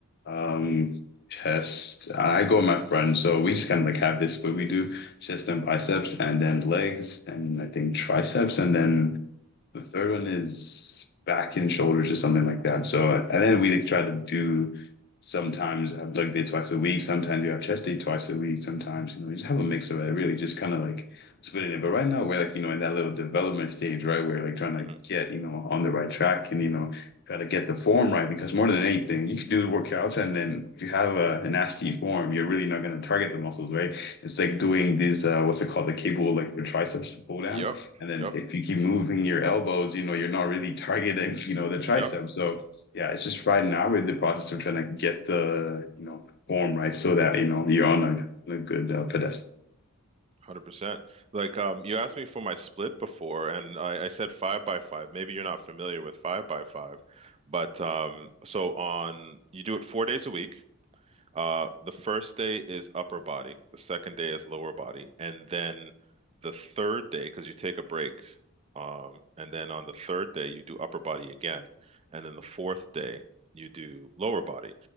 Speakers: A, on the left; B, on the right.
A: Um, chest. I go with my friend, so we just kind of like have this, but we do chest and biceps, and then legs, and I think triceps, and then the third one is back and shoulders or something like that. So uh, and then we like, try to do sometimes have leg day twice a week, sometimes you have chest day twice a week, sometimes you know, you just have a mix of it, really just kind of like splitting it. But right now we're like, you know, in that little development stage, right? We're like trying to
B: mm.
A: get, you know, on the right track and you know, try to get the form right because more than anything, you can do workouts and then if you have a, a nasty form, you're really not gonna target the muscles, right? It's like doing these uh what's it called, the cable like the triceps pull down
B: Yep,
A: and then
B: yep,
A: if you keep moving your elbows, you know, you're not really targeting, you know, the tricep.
B: yep.
A: So yeah, it's just right now we're in the process of trying to get the, you know, form right so that, you know, you're on a, a good uh, pedestal.
B: 100%. Like um, you asked me for my split before, and I, I said five by five. Maybe you're not familiar with five by five, but um, so on you do it four days a week, Uh, the first day is upper body, the second day is lower body, and then the third day, because you take a break, um, and then on the third day you do upper body again, and then the fourth day you do lower body.